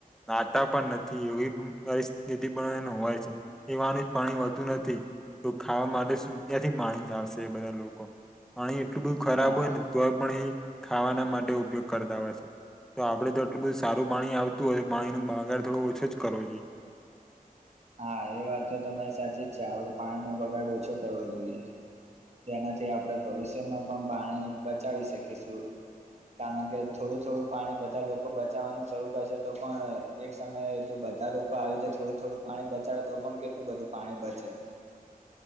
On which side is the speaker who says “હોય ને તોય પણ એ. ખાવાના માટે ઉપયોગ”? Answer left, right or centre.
Centre